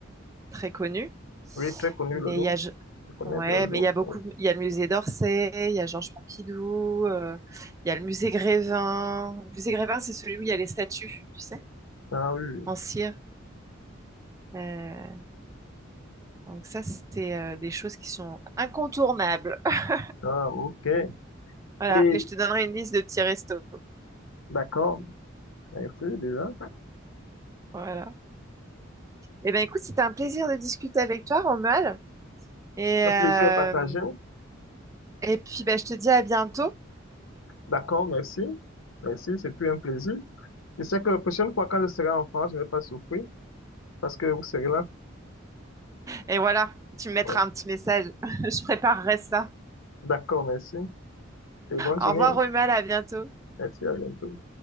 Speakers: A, on the right (about 15°); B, on the left (about 85°).
A: très connu.
B: Oui, très connu
A: Mais
B: le Louvre.
A: il y a, je-
B: Je connais
A: ouais,
B: bien le Louvre.
A: mais il y a beaucoup,
B: Oui.
A: il y a le musée d'Orsay, il y a Georges Pompidou, euh, il y a le musée Grévin. Le musée Grévin, c'est celui où il y a les statues, tu sais,
B: Ah oui.
A: en cire. Euh, donc ça, c'est euh, des choses qui sont incontournables. <laughs>
B: Ah, ok.
A: Voilà,
B: Et
A: mais je te donnerai une liste de petits restos.
B: d'accord. Merci déjà.
A: Voilà. Eh ben écoute, c'était un plaisir de discuter avec toi, Romuald. Et,
B: Le
A: euh,
B: plaisir est partagé.
A: et puis, ben, je te dis à bientôt.
B: D'accord, merci. Merci, c'est plus un plaisir. Je sais que la prochaine fois, quand je serai en France, je ne vais pas souffrir parce que vous serez là.
A: Et voilà, tu me mettras
B: Ouais.
A: un petit message. <laughs> Je préparerai ça.
B: D'accord, merci. Et bonne
A: Au
B: journée.
A: revoir, Romuald, à bientôt.
B: Merci, à bientôt.